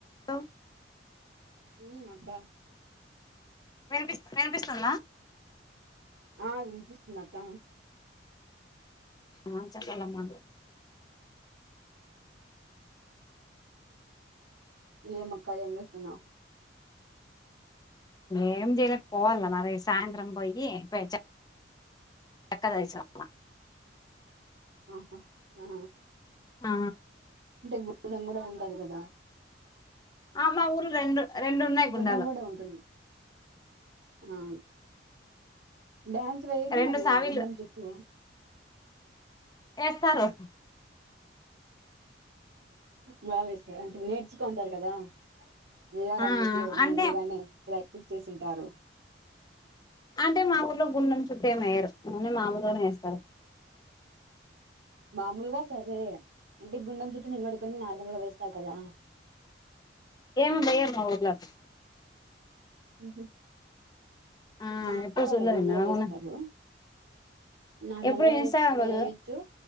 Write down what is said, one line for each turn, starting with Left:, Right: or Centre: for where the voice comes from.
Left: లొ
Right: ఉ అబ్బ
Left: వినిపిస్ వినిపిస్తుందా?
Right: ఆ వినిపిస్తుందక్క
Left: మా చెప్పాలమ్మ
Right: ఏమక్క ఏం చేస్తు
Left: ఏం జేయలే, పోవాల మరి సాయంత్రం పోయి పైచ చకర్ తెరిసి ర వ
Right: ఆహా ఆ
Left: ఆ
Right: అంటే గుండం కూడా ఉంటది కదా
Left: ఆ మా ఊర్లు రెండు రెండున్నాయి గుండాలు.
Right: గుండం కూడా ఉంటుంది ఆ డ్యాన్స్ వేయరు
Left: రెండు
Right: మరి
Left: సావిలు
Right: గుండెం చుట్టూ
Left: ఏస్తారు
Right: బా వేస్తారు అంటే నేర్చుకుంటారు కదా వేయాలనేసి
Left: ఆ అంటే
Right: ముందుగానే ప్రాక్టీస్ చేసింటారు
Left: అంటే మా ఊర్లో గుండెం చుట్టూ ఏం ఎయ్యరు. ఓన్లీ మామలుగానే వేస్తారు.
Right: మామూలుగా సరే, అంటే గుండెం చుట్టూ నిలబడుకొని నార్మల్గా వేస్తారు కదా.
Left: ఏం వెయ్యర్ మా ఊర్లో అట్
Right: ఉహు
Left: ఆ
Right: మా అక్క
Left: ఎప్పుడు
Right: వాళ్ళ
Left: చూడలే
Right: ఊర్లో
Left: నేను అవునా
Right: వేస్తారు. నార్మల్
Left: ఎప్పుడు
Right: గా వేస్
Left: ఇన్స్టాగ్రామ్
Right: వేయచ్చు,
Left: లో చూ